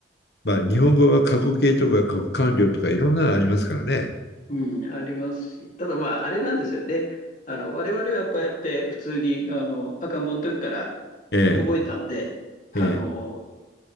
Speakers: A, on the left; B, on the left.
A: まあ、日本語は過去形とか過去完了とかいろんなのありますからね。
B: うん、ありますし。ただまあ、あれなんですよね。あの、我々はこうやって普通に、あの、赤ん坊の時から
A: え
B: 覚えたんで、あの、
A: え、ええ、